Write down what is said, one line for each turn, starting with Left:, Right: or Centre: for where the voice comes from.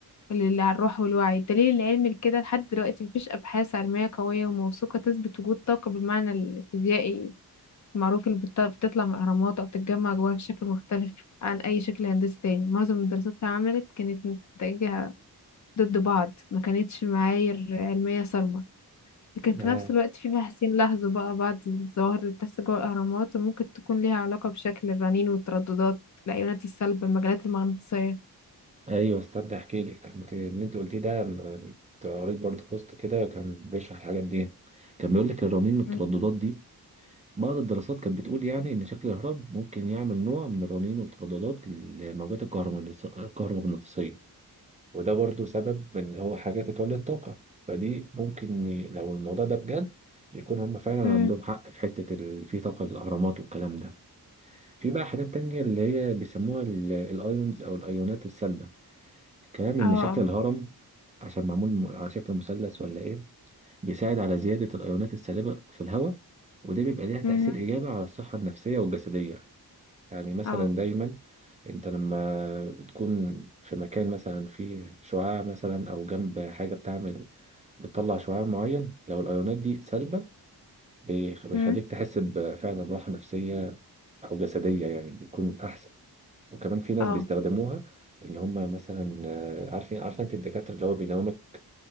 Left: اللي على الروح والوعي الدليل العلمي لكده لحد دلوقتي مفيش أبحاث علمية قوية وموثوقة تثبت وجود طاقة بالمعنى الفيزيائي معروف اللي بت- بتطلع من الأهرامات أو بتتجمع جواها بشكل مختلف عن أي شكل هندسي تاني معظم الدراسات اللي عملت كانت متجهة ضد بعض ما كانتش معايير علمية صارمة لكن في
Right: آه.
Left: نفس الوقت في باحثين لاحظوا بقى بعض الظواهر اللي بتحصل جوه الأهرامات وممكن تكون ليها علاقة بشكل الرنين والترددات الأيونات السلبة المجالات المغناطيسية
Right: ايوه استنى احكي لك انت اللي انت قلتيه ده أنا كنت قريت برضه بوست كده كان بيشرح الحاجات دي كان بيقول لك الرنين والترددات
Left: مم.
Right: دي بعض الدراسات كانت بتقول يعني إن شكل الهرم ممكن يعمل نوع من الرنين والترددات للموجات الكهرومغناطيسية وده برضو سبب من اللي هو حاجة تتولد طاقة فدي ممكن ي- لو الموضوع ده بجد يكون هم فعلا
Left: مم.
Right: عندهم حق في حتة ال- في طاقة الأهرامات والكلام ده في بقى حاجات تانية اللي هي بيسموها ال- الأيونز أو الأيونات السلبة الكلام
Left: اه
Right: إن
Left: اه
Right: شكل الهرم عشان معمول م- على شكل مثلث ولا إيه بيساعد على زيادة الأيونات السالبة في الهواء وده بيبقى ليها تأثير
Left: مم.
Right: إيجابي على الصحة النفسية والجسدية يعني مثلا
Left: اه
Right: دايما انت لما تكون في مكان مثلا فيه شعاع مثلا او جنب حاجه بتعمل بتطلع شعاع معين لو الايونات دي سلبه بيخ- بيخليك
Left: مم.
Right: تحس بفعلا راحه نفسيه او جسديه يعني بيكون احسن وكمان في ناس
Left: اه
Right: بيستخدموها ان هم مثلا آه، عارفين عارفه انت الدكاتره اللي هو بينامك